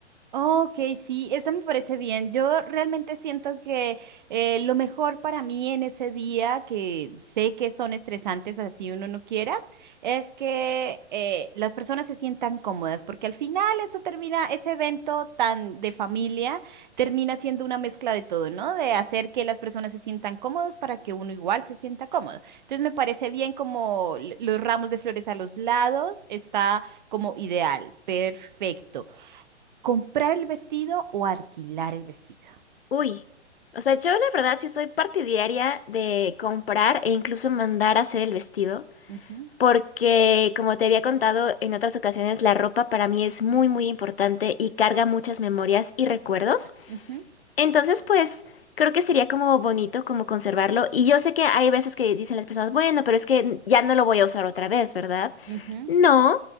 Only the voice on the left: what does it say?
Uy, o sea, yo la verdad sí soy partidaria de comprar e incluso mandar a hacer el vestido.
Porque, como te había contado en otras ocasiones, la ropa para mí es muy, muy importante y carga muchas memorias y recuerdos.
Entonces, pues creo que sería como bonito como conservarlo. Y yo sé que hay veces que dicen las personas, bueno, pero es que ya no lo voy a usar otra vez, ¿verdad?
No,